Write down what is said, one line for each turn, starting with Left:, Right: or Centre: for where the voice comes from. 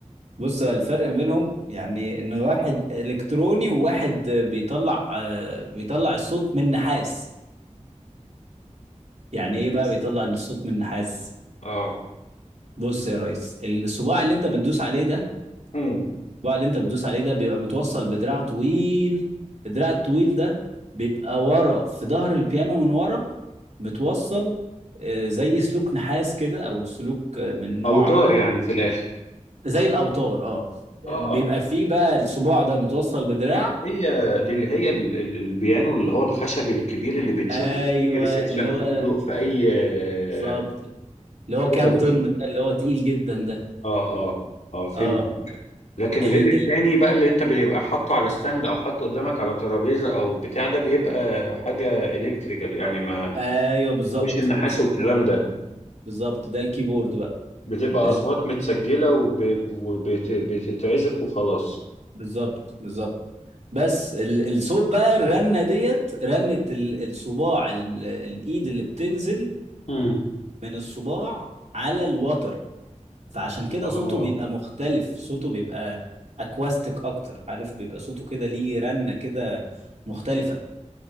Right: بص هو الفرق ما بينهم يعني ان واحد الكتروني وواحد بيطلع آه، بيطلع الصوت من نحاس يعني
Left: من
Right: ايه بقى
Left: بس.
Right: بيطلع ان الصوت من نحاس
Left: اه
Right: بص يا ريس الصباع اللي انت بتدوس عليه ده
Left: مم.
Right: الصباع اللي انت بتدوس عليه ده بيبقى متوصل بدراع طويل الدراع الطويل ده بيبقى ورا في ظهر البيانو من ورا متوصل آه، زي سلوك نحاس كده او سلوك آه، من نوع
Left: اوتار يعني
Right: آه،
Left: في الاخر
Right: زي الاوتار اه
Left: اه
Right: بيبقى
Left: اه
Right: فيه بقى الصباع ده متوصل بدراع
Left: دي اللي هي دي اللي هي ال- ال- البيانو اللي هو الخشب الكبير اللي بنشوفه
Right: ايوه
Left: في اي ريسبشن
Right: اللي هو
Left: فندق في اي
Right: بالظبط
Left: آه،
Right: اللي هو كام
Left: هو ده
Right: طن ده اللي هو تقيل جدا ده
Left: اه اه اه فهمت
Right: اه
Left: لكن
Right: ال
Left: غير التاني
Right: ال
Left: بقى اللي انت بيبقى حاطه على ستاند او حاطه قدامك على ترابيزه او بتاع ده بيبقى حاجه الكتريكال يعني ما
Right: ايوه بالظبط
Left: ما فيهوش النحاس
Right: بالظبط
Left: والكلام ده
Right: بالظبط ده الكيبورد بقى
Left: بتبقى
Right: ال-
Left: اصوات متسجله وبتتعزف وخلاص
Right: بالظبط بالظبط بس ال الصوت بقى الرنه ديت رنه ال الصباع ال الايد اللي بتنزل
Left: امم
Right: من الصباع على الوتر فعشان كده
Left: اه
Right: صوته بيبقى مختلف صوته بيبقى اكواستيك اكتر عارف بيبقى صوته كده ليه رنه كده مختلفه